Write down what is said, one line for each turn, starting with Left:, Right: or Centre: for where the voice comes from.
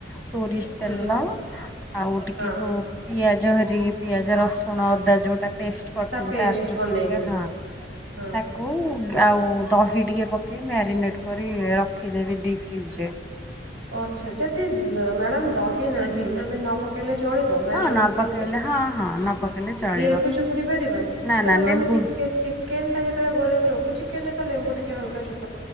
Centre: ସୋରିଷ ତେଲ
Right: ହୁଁ
Centre: ଆଉ ଟିକେ
Right: ହଁ
Centre: ଯୋଉ ପିଆଜ ହରି ପିଆଜ ରସୁଣ ଅଦା ଯୋଉଟା ପେଷ୍ଟ କରିଥିବି
Right: ପେଷ୍ଟ
Centre: ତା ଦେହରୁ
Right: ବନେଇକି
Centre: ଟିକେ ହଁ
Right: ହଁ
Centre: ତାକୁ ଆଉ ଦହି ଟିକେ ପକେଇ ମ୍ୟାରିନେଟ କରି ରଖିଦେବି ଡିପ୍ ଫ୍ରିଜରେ।
Right: ଓ ଆଛା ଯଦି ମ୍ୟାଡ଼ାମ ଦହି ନାହିଁ ହଁ ଆମେ ନ ପା ନ ପକେଇଲେ ଚଳିବ ମ୍ୟାରିନେଟ
Centre: ହଁ ନ ପକେଇଲେ
Right: ପାଇଁକା,
Centre: ହଁ ହଁ ନ ପକେଇଲେ ଚଳିବ
Right: ଲେମ୍ବୁ ଚିପୁଡ଼ି ପାରିବା
Centre: ନା
Right: କାରଣ
Centre: ନା ଲେମ୍ବୁ
Right: ଚିକେନ ଚିକେନଟା ଯେତେ ବେଳେ ଗୋଲେଇକି ରଖୁଚି କେନେ ତ ଲେମ୍ବୁଟିକେ ହାଲକା ଚିପୁଡ଼ି